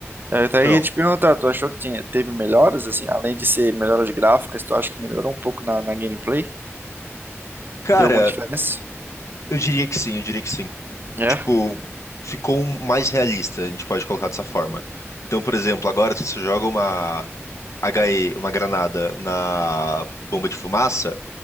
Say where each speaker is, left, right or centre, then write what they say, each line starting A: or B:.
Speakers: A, on the right; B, on the left.
A: Eu
B: Então,
A: até ia te perguntar, tu achou que tinha, teve melhoras, assim, além de ser melhoras gráficas, tu acha que melhorou um pouco na, na gameplay?
B: cara,
A: Deu alguma diferença?
B: eu diria que sim, eu diria que sim.
A: É?
B: Tipo, ficou um mais realista, a gente pode colocar dessa forma. Então, por exemplo, agora se você joga uma. HE, uma granada na bomba de fumaça,